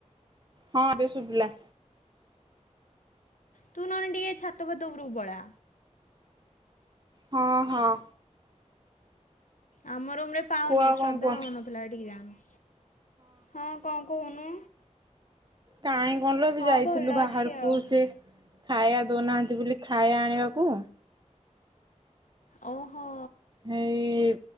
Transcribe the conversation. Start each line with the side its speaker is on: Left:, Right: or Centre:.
Right: ହଁ ଏବେ ଶୁବିଲା।
Left: ତୁ ନହେ ଟିକେ ଛାତ ଫାତ ଉପରୁ ପଳା।
Right: ହଁ, ହଁ‌
Left: ଆମ ରୁମ ରେ ପାଉନି
Right: କୁହ ଆଉ
Left: ଶ୍ରଦ୍ଧା
Right: କଣ କୁହ
Left: ରହୁନଥିଲା ଏଠିକି ଯାମ ହଁ କଣ କହୁନୁ।
Right: କାହିଁ କଣ ଲ ବି
Left: ହଁ
Right: ଯାଇଥିଲୁ
Left: ଭଲ
Right: ବାହାରକୁ
Left: ଅଛି ଆଉ।
Right: ସେ ଖାଇବା ଦଉନାହାନ୍ତି ବୋଲି ଖାଇବା ଆଣିବାକୁ।
Left: ଓହୋ।
Right: ହେଇ